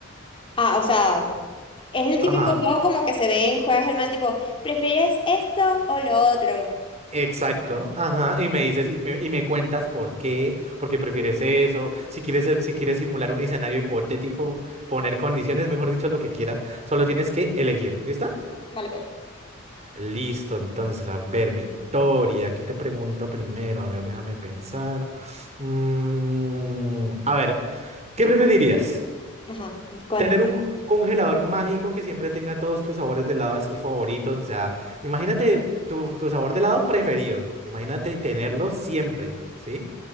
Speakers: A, on the left; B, on the right.
A: Ah, o sea, es el típico
B: Ajá.
A: juego como que se ve en Juegos del Mal, tipo, ¿prefieres esto o lo otro?
B: Exacto, ajá, y me dices y me, y me cuentas por qué, por qué prefieres eso, si quieres eh, si quieres simular un escenario hipotético, poner condiciones, mejor dicho, lo que quieras, solo tienes que elegir, ¿listo?
A: Vale, pues.
B: Listo, entonces, a ver, Victoria, ¿qué te pregunto primero? A ver, déjame pensar. Mm, a ver, ¿qué preferirías?
A: Ajá, cuéntame.
B: ¿Tener un, un congelador mágico que siempre tenga todos tus sabores de helado así favoritos? O sea, imagínate tu, tu sabor de helado preferido. Imagínate tenerlo siempre, ¿sí?